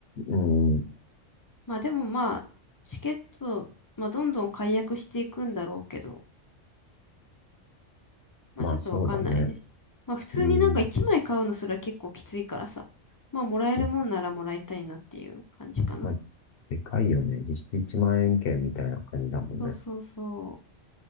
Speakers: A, on the left; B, on the left.
A: うん、
B: まあでもまあ、チケット、まあどんどん解約していくんだろうけど、まあちょっとわかんないね。
A: まあそうだね。
B: まあ普通になんか1枚買うのすら結構きついからさ、
A: うん、
B: まあもらえるもんならもらいたいなっていう感じかな。
A: ままあ、でかいよね。実質1万円券みたいな感じだもんね。
B: そうそうそう。